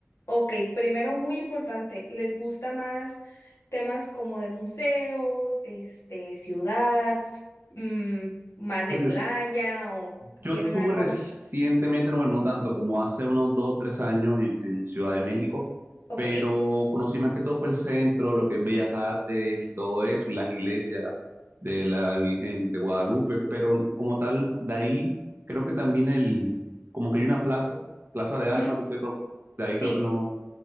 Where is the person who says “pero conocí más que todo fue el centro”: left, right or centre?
Right